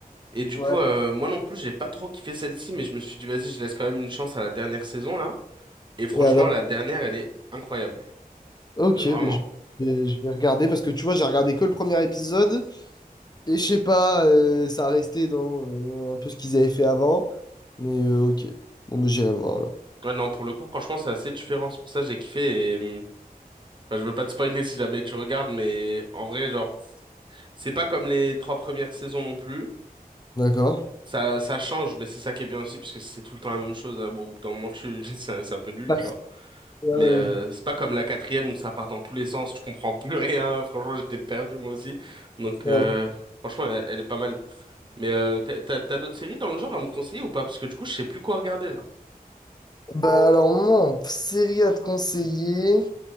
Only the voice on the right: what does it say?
Et du
coup, euh, moi non plus, j'ai pas trop kiffé celle-ci, mais je me suis dit, vas-y, je laisse quand même une chance à la dernière saison, là. Et franchement,
la dernière, elle est incroyable.
Mais vraiment.
Ouais, non, pour le coup, franchement, c'est assez différent. C'est pour ça que j'ai kiffé. Et... hum, enfin, je veux pas te spoiler si jamais tu regardes, mais en vrai, genre, c'est pas comme les trois premières saisons non plus.
Ça, ça change, mais c'est ça qui est bien aussi, parce que si c'est tout le temps la même chose, euh, bon, au bout d'un moment, tu... <laughs> c'est c'est un peu nul,
tu vois.
Mais
euh, c'est pas comme la quatrième où ça part dans tous les sens, tu comprends plus rien. <laughs> Franchement, j'étais perdu moi aussi. Donc
euh, franchement, elle, elle est pas mal. Mais euh, t'as, t'as- t'as d'autres séries dans le genre à me conseiller ou pas? Parce que du coup, je sais plus quoi regarder là.